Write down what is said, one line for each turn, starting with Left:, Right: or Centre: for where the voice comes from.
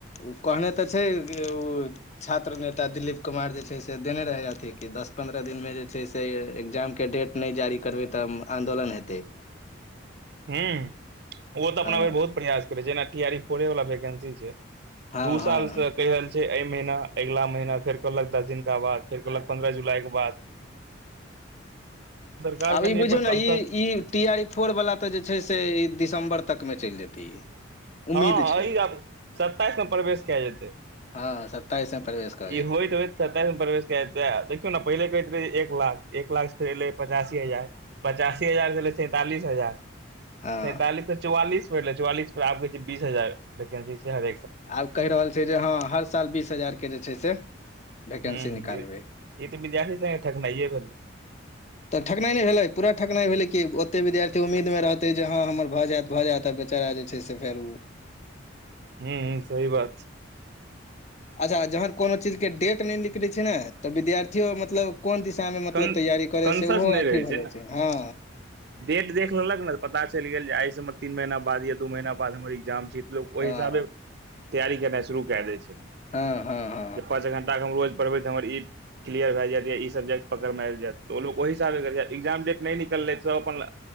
Left: ओ कहने तऽ छै उ छात्र नेता दिलीप कुमार जे छै से देने रहै अथिी कि दस पन्द्रह दिनमे जे छै से एकग्जाम के डेट नहि जारी करबै तऽ आंन्दोलन हेतै
Right: ह ओ तऽ अपना
Left: हँ
Right: भर बहुत प्रयास करै छै जेना टी आ फोरे वालला वैकेंसी छै
Left: हँ
Right: दू
Left: हँ
Right: साल
Left: हँ
Right: से कहि रहल छै एहि महिीना अगिला महिीना फेर कहलक दस दिनका बाद फेर कहलक पन्द्रह जुलाई के बाद सरकार
Left: अब
Right: कनि
Left: ई
Right: एहि
Left: बुझियौ
Right: पर
Left: ने
Right: कंसस
Left: ई ई टी आरी फोर वला तऽ जे छै से ई दिसम्बर तकमे चलि जेतै
Right: हँ
Left: उम्मीद छै
Right: <unintelligible> सत्ताइस मे प्रवेश कए जेतै
Left: हँ सत्ताइस मे प्रवेश कर
Right: ई होइत होय सताइस मे प्रवेश कए द देखियौ ने पहिले कहैत रहै एक लाख एक लाख से फेर एलै पचासी हजार पचासी हजार से रलय सैंतालिस हजार
Left: हँ
Right: सैंतालिस से चौवालीस पर ले चौवालीस पर आ बीस हजार वंसी हर
Left: आब केह रहल छै जे हँ हर साल बीस हजार के जे छै से वैकेंसी
Right: हु
Left: निकालबै
Right: ई तऽ विद्यार्थी स ठकनाइए भेलै
Left: तऽ ठकनाइ नहि भेलै पूरा ठकनाइ भेलै कि ओते विद्यार्थी उम्मीद पर ते जे हँ हमर भऽ जायत भऽ जायत आ बेचारा जे छै से फेर
Right: हू सही बात छै
Left: अच्छा जहन कोनो चीजके डेट नहि निकलैत छै ने तऽ विद्यार्थियो मतलब कोन दिशामे मतलब
Right: कन
Left: तैयारी करै
Right: कंसस
Left: से ओहो
Right: नहि
Left: अथी
Right: रहै
Left: भेलै
Right: ने
Left: छै हँ
Right: डेट देख लेलक ने तऽ पता चलि गेल जे आइसँ हम तीन महिना बाद या दू महीना बाद हमर एग्जाम छैये ओह
Left: हँ
Right: हिसाबे तैयारी करनाइ शुरू कए देै छै
Left: हँ हँ हँ हँ
Right: जे पाँच घंटा के हम रोज पढ़बैत त हमर ई क्लियर भए जाय या ई सब्जेक्ट पकड़मे आबि जायतऽ ओ लोक ओहि हिसाबे ए्जाम डेट नहि निकलै त अपन